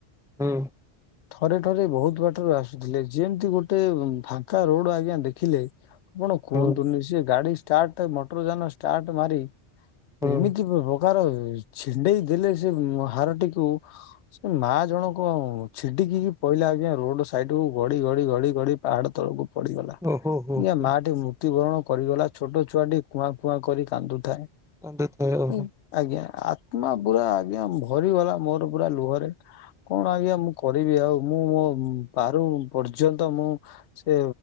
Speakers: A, in the centre; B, on the left.
A: ହୁଁ
B: ଥରେ ଥରେ ବହୁତ ବାଟରୁ ଆସୁଥିଲେ ଯେମିତି ଗୋଟେ ଫାଙ୍କା ରୋଡ ଆଜ୍ଞା ଦେଖିଲେ ଆପଣ କୁହନ୍ତୁନି
A: ହୁଁ
B: ସେ ଗାଡି ଟ ମଟର ଯାନ ଷ୍ଟାର୍ଟ ମାରି
A: ହୁଁ।
B: ଏମିତି ପ୍ରକାର ଛିଣ୍ଡେଇ ଦେଲେ ସେ ହାରଟିକୁ ସେ ମା ଜଣକ ଛିଡିକି ପହିଲା ଆଜଞା ରୋଡ ସାଇଟ କୁ ଘଡି ଘଡି ଘଡି ଗଡି ପାହାଡ ତଳକୁ ପଡିଗଲା
A: ଓହୋ ହୋ ହୋ
B: ମାଟିିକେ ମୃତ୍ୟୁବରଣ କରିଗଲା ଛୋଟ ଛୁଆ ଟି କୁଆଁ କୁଆଁ କରି କାନ୍ଦୁଥାଏ
A: ଅନ୍ଦୁଥ ଓହୋ
B: ଉଁ, ଆଜ୍ଞା ଆତ୍ମା ପୁରା ଆଜ୍ଞା ଭରି ଗଲା ମୋର ପୁରା ଲୁହରେ କଣ ଆଜ୍ଞା ମୁଁ କରିବି ଆଉ ମୁଁ ମୋ ପାରୁ ପର୍ଯ୍ୟନ୍ତ ମୁଁ ସେ